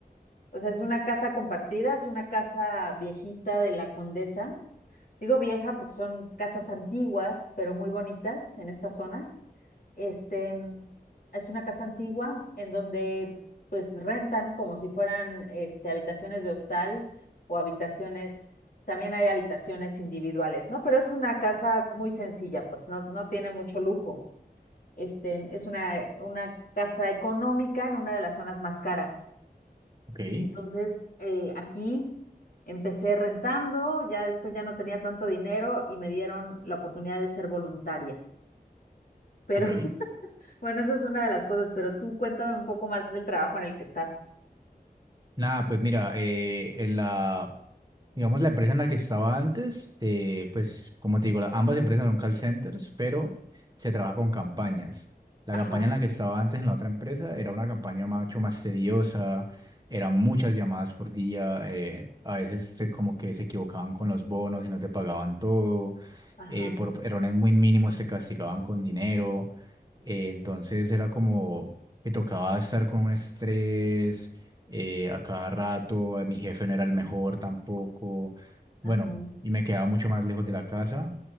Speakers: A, on the left (about 60°); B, on the right (about 25°).
A: O sea, es una casa compartida, es una casa viejita de la condesa. Digo vieja porque son casas antiguas, pero muy bonitas en esta zona. Este, es una casa antigua en donde pues rentan como si fueran este, habitaciones de hostal o habitaciones, también hay habitaciones individuales, ¿no? Pero es una casa muy sencilla, pues no, no tiene mucho lujo. Este, es una, una casa económica en una de las zonas más caras
B: Ok,
A: entonces, eh, aquí empecé rentando, ya después ya no tenía tanto dinero y me dieron la oportunidad de ser voluntaria. Pero
B: ok.
A: <laughs> bueno, esa es una de las cosas, pero tú cuéntame un poco más del trabajo en el que estás.
B: Nada, pues mira, eh, en la Digamos, la empresa en la que estaba antes, eh, pues como te digo, la- ambas empresas son call centers, pero se trabaja con campañas. La
A: Ajá,
B: campaña en la que estaba antes en la otra empresa era una campaña ma- mucho más tediosa, eran muchas llamadas por día, eh, a veces se- como que se equivocaban con los bonos y no te pagaban todo,
A: ajá,
B: eh, por errores muy mínimos te castigaban con dinero, eh, entonces era como que tocaba estar con un estrés eh, a cada rato, eh, mi jefe no era el mejor tampoco, bueno,
A: ajá,
B: y me quedaba mucho más lejos de la casa.